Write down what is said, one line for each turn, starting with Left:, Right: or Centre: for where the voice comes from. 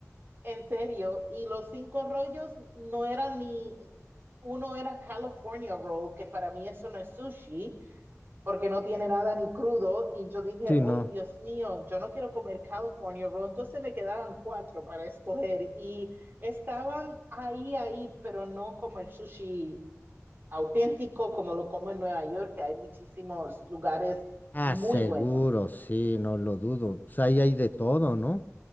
Right: en serio, y los cinco rollos no eran ni, uno era California Roll, que para mí eso no es sushi, porque no tiene nada ni crudo, y yo dije,
Left: Sí, no.
Right: ay, Dios mío, yo no quiero comer California Roll, entonces me quedaban cuatro para escoger, y estaban ahí, ahí, pero no como el sushi auténtico, como lo como en Nueva York, que hay muchísimos lugares
Left: Ah,
Right: muy
Left: seguro,
Right: buenos,
Left: sí, no lo dudo. Pues ahí hay de todo, ¿no?